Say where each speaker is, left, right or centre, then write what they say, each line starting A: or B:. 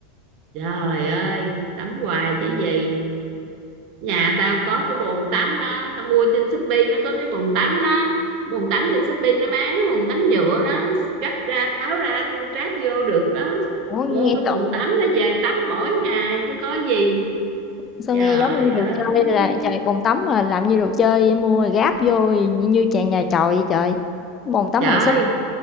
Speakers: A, on the right (about 55°); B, on the left (about 35°).
A: trời ơi tắm hoài chứ gì nhà tao có cái bồn tắm đó tao mua trên Shopee nó có cái bồn tắm đó bồn tắm trên Shopee nó bán cái bồn tắm nhựa đó gấp ra tháo ra ráp vô được đó
B: Ủa
A: mua
B: nghe
A: cái
B: sao,
A: bồn tắm nó về tắm mỗi ngày chứ có gì
B: sao
A: trời
B: nghe giống như
A: ơi
B: đồ chơi là trời bồn tắm mà làm như đồ chơi mua rồi gáp vô như chàng nhà chòi vậy trời. Bồn tắm
A: trời
B: bằng sứ.